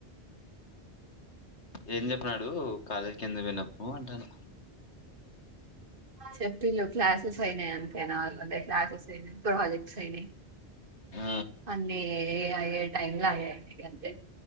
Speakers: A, on the left; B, on the right.
A: ఏం చెప్పినాడు కాలేజీకి ఎందుకు పోయినవు అంటాన
B: చెప్పిలుు క్లాసెస్ అయినాయి అంతేనా వా క్లాసెస్ అయినాయి, ప్రాజెక్ట్స్ అయినాయి.
A: ఆ
B: అన్నీ ఏ ఏ అయ్యే టైమ్లా అయ్యాయితాయి గంతే